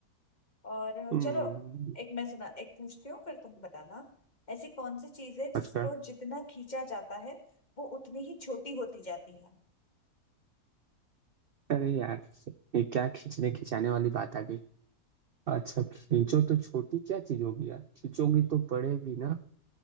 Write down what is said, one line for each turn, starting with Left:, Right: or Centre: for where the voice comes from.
Left: और
Right: हम्म
Left: चलो एक मैं सुना एक पूछती हूँ फिर तुम बताना ऐसी कौन सी चीज है
Right: अच्छा
Left: जिसको जितना खींचा जाता है वो उतनी ही छोटी होती जाती है
Right: अरे यार ये क्या खींचने खिंचाने वाली बात आ गई अच्छा खींचो तो छोटी क्या चीज होगी यार खींचोगी तो पड़ेगी ना